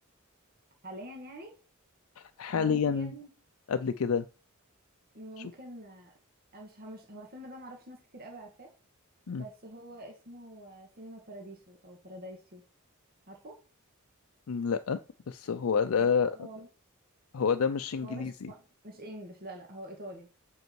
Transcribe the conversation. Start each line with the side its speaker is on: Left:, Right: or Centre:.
Right: حاليا يعني
Left: حاليا
Right: ممكن
Left: قبل كده
Right: ممكن
Left: شوف
Right: آه، انا مش مش هو الفيلم ده معرفش ناس كتير قوي عارفاه بس
Left: مم.
Right: هو اسمه آه، سينما باراديسو او بارادايسيو عارفه
Left: لا بس هو ده
Right: هو هو مش
Left: هو ده مش انجليزي
Right: هو مش مش انجلش لا لا هو ايطالي